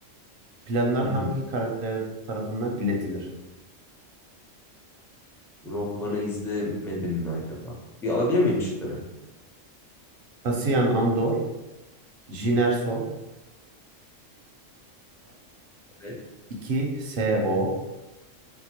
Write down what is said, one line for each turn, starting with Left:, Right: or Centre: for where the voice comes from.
Right: planlar
Centre: Hı
Right: hangi
Centre: hı.
Right: karakter tarafından iletilir?
Centre: Rogue One'ı izlemedim mi acaba? Bir alabilir miyim şıkları?
Right: Cassian Andor, Jyn Erso,
Centre: Evet.
Right: K2SO,